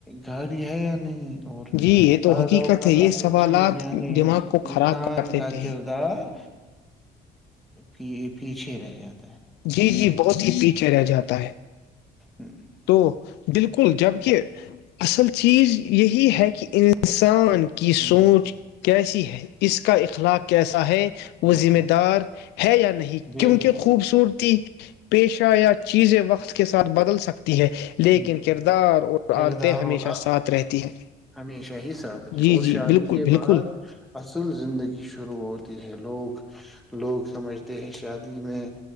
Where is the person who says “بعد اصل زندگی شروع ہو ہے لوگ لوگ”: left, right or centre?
Centre